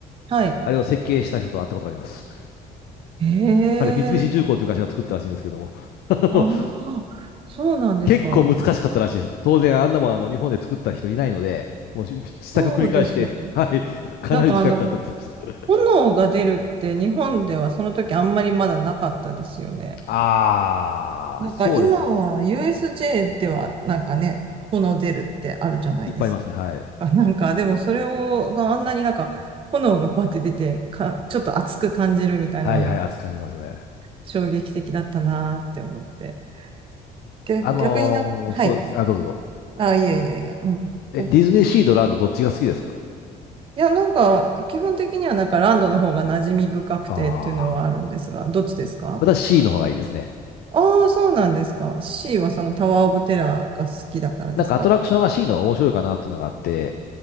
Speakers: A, on the right (about 30°); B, on the left (about 70°).
A: はい。
B: あれを設計した人と会ったことがあります。
A: へ
B: あれ、三菱重工っていう会社が作ったらしいんですけども、
A: え、
B: <laughs> あの、
A: ああ、そうなんですか。
B: 結構難しかったらしいです。当然、あんなもんあの日本で作った人いないので、もうし試作繰り返して、
A: そうですよね。
B: <laughs> はい、かなり時間かかったって言ってまし
A: なんかあの、炎が出るって日本ではその時あんまりまだなかったですよね。
B: た。ああ、
A: なんか今は
B: そうですよね。
A: USJ ではなんかね、炎出るってあるじゃないですか。
B: いっぱいありますね。はい。
A: あなんかでもそれを、があんなになんか炎がバって出てか、ちょっと熱く感じるみたいなのが
B: はいはい、熱く感じますね。
A: 衝撃的だったなーって思って。逆、
B: あのーそうです。
A: 逆にな、はい。
B: あ、どうぞどうぞ。
A: あ、いやいやいや、うん。
B: え、
A: おい
B: ディズニーシーとランドどっちが好きですか
A: や、なんか基本的にはなんかランドの方が馴染み深くてっていうのはあるんですが、
B: ああー。
A: どっちですか
B: 私 C の方がいいですね。
A: ああー、そうなんですか。C はそのタワーオブテラーが好きだからですか
B: なんかアトラクションが C の方が面白いかなっていうのがあって、